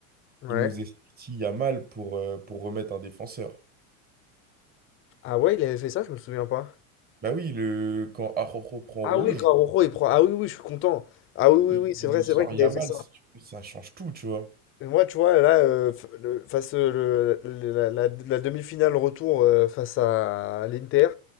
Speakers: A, on the left; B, on the right.
A: Ouais.
B: il nous est sorti Yamal pour, euh, pour remettre un défenseur.
A: Ah ouais, il avait fait ça, je me souviens pas.
B: Bah oui, le, quand Araujo prend
A: Ah
B: rouge,
A: oui, quand Araujo, il prend. Ah oui, oui, je suis content. Ah oui, oui,
B: il,
A: oui, c'est
B: il
A: vrai,
B: nous
A: c'est
B: sort
A: vrai qu'il
B: Yamal,
A: avait fait ça.
B: ça, ça change tout, tu vois.
A: Et Moi, tu vois, là, euh, f- le- face euh, le- le- la, la- la demi-finale retour euh, face à l'Inter,